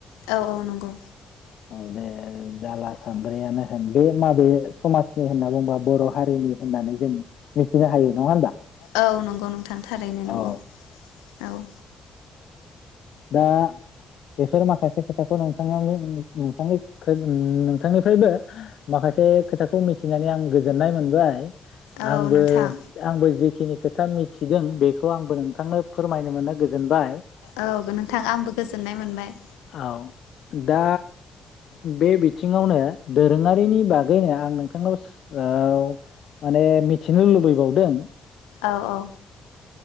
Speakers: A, on the left (about 80°); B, on the left (about 65°).
A: औ औ नंगौ
B: औ दे दाला सानद्रियानो होन बे माबे समाजनि होनना बुंबा बर' हारिनि होननानै जों मिथिनो हायो नङा होनबा
A: औ नंगौ नोंथां थारैनो नंगौ
B: औ
A: औ
B: दा बेफोर माखासे खोथाखौ नोंथां नोंथांनि ओ नोंथांनिफ्रायबो माखासे खोथाखौ मिथिनानै आं गोजोननाय मोनबाय
A: औ
B: आंबो
A: नोंथां
B: आंबो जिख जिखिनि खोथा मिथिदों बेखौ आंबो नोंथांनो फोरमायनो मोननो गोजोनबाय
A: औ नोंथां आंबो गोजोननाय मोनबाय
B: औ दा बे बिथिङावनो दोरों ङारिनि बागैनो आं नोंथांनाव माने मिथिनो लुबैबावदों
A: औ औ